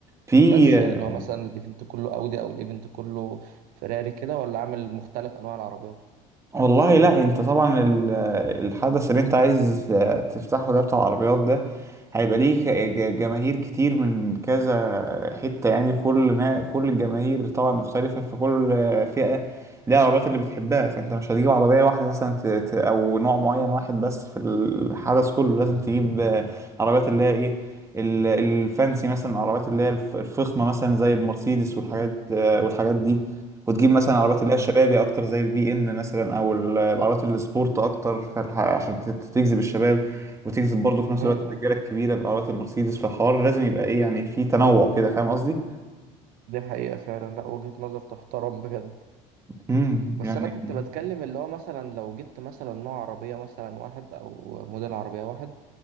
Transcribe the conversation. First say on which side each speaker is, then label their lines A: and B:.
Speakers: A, on the right; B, on the right.
A: في
B: بس يعني اللي هو مثلا الايفنت كله اودي او الايفنت كله فيراري كده ولا عامل مختلف انواع العربيات
A: والله لا انت طبعا ال- الحدث اللي انت عايز تفتحه ده بتاع العربيات ده هيبقى ليه ك- ج- جماهير كتير من كذا حتة يعني كل نا- كل الجماهير طبعا مختلفة فكل فئة ليها العربيات اللي بتحبها فانت مش هتجيب عربية واحدة مثلا ت- ت- او نوع معين واحد بس في الحدث كله لازم تجيب عربيات اللي هي ايه ال- الفانسي مثلا العربيات اللي هي الف- الفخمة مثلا زي المرسيدس والحاجات
B: مم.
A: والحاجات دي وتجيب مثلا العربيات
B: مم.
A: اللي هي الشبابي اكتر زي البي ام مثلا او ال- العربيات السبورت اكتر فالح- عشان ت- تجذب الشباب وتجذب برضه في نفس
B: مم.
A: الوقت الرجاله الكبيره بالعربيات المرسيدس فالحوار لازم يبقى ايه يعني في تنوع كده فاهم قصدي؟
B: دي حقيقة فعلا لا وجهة نظر تحترم بجد
A: امم
B: بس
A: يعني
B: أنا كنت بتكلم اللي هو مثلا لو جبت مثلا نوع عربية مثلا واحد أو موديل عربية واحد